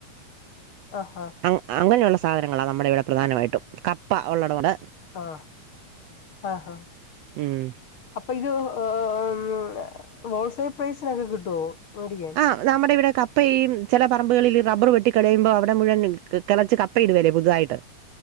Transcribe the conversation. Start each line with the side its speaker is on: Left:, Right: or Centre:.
Left: ആഹ്
Right: അങ്ങ അങ്ങനെയുള്ള സാധനങ്ങളാ നമ്മുടെ ഇവിടെ പ്രധാനമായിട്ടും കപ്പ ഉള്ളടവൊണ്ട്
Left: ആഹ ആഹഹ
Right: ഉം.
Left: അപ്പൊ ഇത് ആം ഹോൾസെയിൽ പ്രൈസിനൊക്കെ കിട്ടുവോ മേടിക്കാൻ
Right: ആം നമ്മുടെ ഇവിടെ കപ്പയി ചെല പറമ്പുകളിലി റബ്ബറ് വെട്ടിക്കളയുമ്പോ അവിടെ മുഴുവൻ ക് കെളച്ച് കപ്പയിടുവേലെ പുതുതായിട്ട്